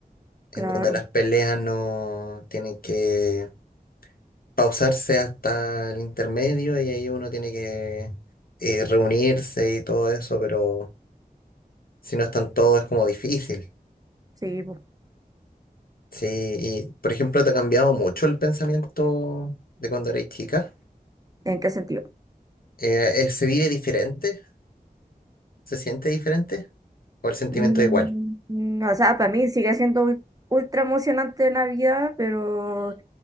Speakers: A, on the left; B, on the right.
A: en
B: Claro,
A: donde las peleas no tienen que pausarse hasta el intermedio y ahí uno tiene que eh, reunirse y todo eso, pero si no están todos es como difícil.
B: sí, pues.
A: Sí, y por ejemplo, ¿te ha cambiado mucho el pensamiento de cuando eres chica?
B: ¿En qué sentido?
A: Eh, eh, ¿se vive diferente? ¿Se siente diferente? ¿O el sentimiento
B: Mm,
A: es igual?
B: mm, o sea, para mí sigue siendo ul- ultra emocionante Navidad, pero